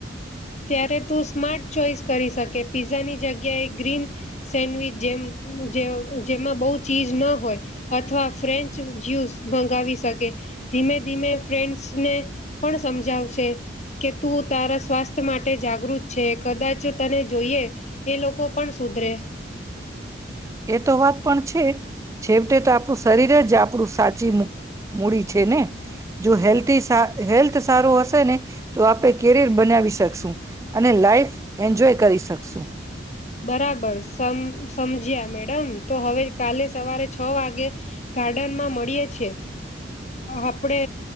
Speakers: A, on the left; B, on the right.
A: ત્યારે તું સ્માર્ટ ચોઈસ કરી શકે પીઝાની જગ્યાએ ગ્રીન સેન્ડવીચ જેમ જેમાં બહુ ચીજ ન હોય અથવા ફ્રેન્ચ જ્યુસ મંગાવી શકે ધીમે ધીમે ફ્રેન્ચને પણ સમજાવશે કે તું તારા સ્વાસ્થ માટે જાગૃત છે કદાચ તને જોઈએ એ લોકો પણ સુધરે.
B: એ તો વાત પણ છે છેવટે તો આપણું શરીર જ આપણું સાચી મૂડી છે ને જો હેલ્થી હેલ્થ સારું હશે ને તો આપણે કેરિયર બનાવી શકશું અને લાાઈફ એન્જોય કરી શકશું.
A: બરાબર સમ સમજ્યા મેડમ તો હવે કાલે સવારે છ વાગે ગાર્ડનમાં મળીએ છીએ આપણે